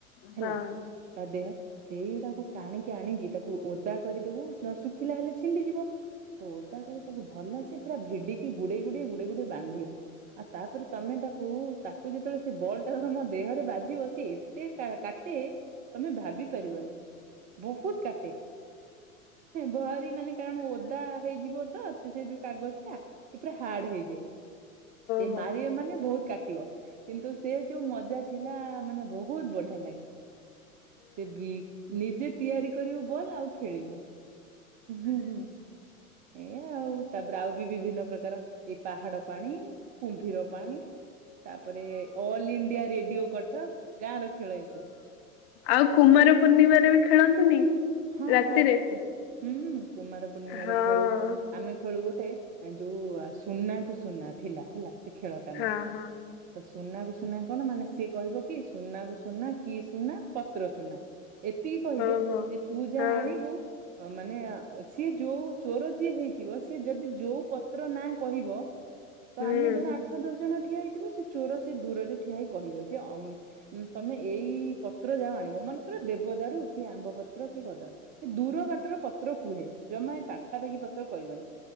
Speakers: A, on the left; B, on the right.
A: ହଁ
B: ହେଲା ଦେହ ସେଇଗୁଡାକୁ ଟାଣିକି ଆଣିକି ତାକୁ ଓଦା କରିଦବୁ ନ ଶୁଖିଲା ହେଲେ ଛିଣ୍ଡିଯିବ ତ ଓଦା କ ତାକୁ ଭଲସେ ପୁରା ଭିଡିକି ଗୁଡେଇ ଗୁଡେଇ ଗୁଡେଇ ଗୋଡେଇ ବାନ୍ଧିବୁ ଆଉ ତାପରେ ତମେ ତାକୁ ତାକୁ ଯେତେବେଳେ ସେ ବଲ୍ ଟା ମମ ଦେହରେ ବାଜିବ ସେ ଏତେ କାଟେ ତମେ ଭାବି ପାରିବନି ବହୁତ କାଟେ ଭାରି ମାନେ କାରଣ ଓଦା ହେଇଯିବ ତ ଅ ସେ ଯୋଉ କାଗଜ ଟା ସେ ପୁରା ହାର୍ଡ ହେଇଯାଏ ସେ
A: ହଁ।
B: ମାରିବେ ମାନେ ବହୁତ କାଟି ଟିବ କିନ୍ତୁ ସେ ଯୋଉ ମଜା ଥିଲା ମାନେ ବହୁତ ବଢିଆ ଲାଗେ। ସେ ବି ନିଜେ ତିଆରି କରିବୁ ବଲ୍ ଆଉ ଖେଳିବୁ। ହୁଁ ହୁଁ। ଏଇ ଆଉ ତାପରେ ଆଉ ବି ବିଭିନ୍ନ ପ୍ରକାର ଏଇ ପାହାଡ ପାଣି କୁମ୍ଭୀର ପାଣି ତାପରେ ଅଲ ଇଣ୍ଡିଆ ରେଡିଓ କଟକ ଗାଁ ର ଖେଳ ଏସବୁ।
A: ଆଉ କୁମାର ପୂର୍ଣ୍ଣିମାରେ ବି ଖେଳନ୍ତିନି?
B: ହଁ
A: ରାତିରେ
B: ହଁ ହୁଁ କୁମାର ପୂର୍ଣ୍ଣିମାରେ
A: ହଁ।
B: ଖେଳୁ ଆମେ ଖେଳୁ ଗୋଟେ ଗୋଟେ ଯୋଉ ସୁନା କୁ ସୁନା ଥିଲା ହେଲା ସେ ଖେଳ ଟା
A: ହଁ
B: ନା
A: ହଁ
B: ତ ସୁନାକୁ ସୁନା କଣ ମାନେ ସିଏ କହିବ କି ସୁନାକୁ ସୁନା କି ସୁନା ପତ୍ର ସୁନା ଏତିକି କହିବେ,
A: ହଉ ହଉ
B: ଯେ ତୁ ଯାହା
A: ହଁ।
B: ଆଣିବୁ ମାନେ ସିଏ ଯୋଉ ଚୋର ଯିଏ ହେଇଥିବ, ସିଏ ଯଦି ଯୋଉ ପତ୍ର ନାଁ କହିବ ତ
A: ହୁଁ
B: ଆମେ ଧର ଆଠ ଦଶ ଜଣ ଠିଆ ହେଇଥିବୁ। ସେ ଚୋର ସେ ଦୂରରେ ଠିଆ ହେଇ କହିବ, ଯେ ଅମ ତମେ ଏଇ ପତ୍ର ଯାଅ ଆଣିବ। ମନେଙ୍କର ଦେବଦାରୁ, କି ଆମ୍ବ ପତ୍ର, କି କଦଳୀ ଦୂର ର ବାଟର ପତ୍ର କୁହେ, ଜମା ଏଇ ପାଖାପାଖି ପତ୍ର କହିବନି।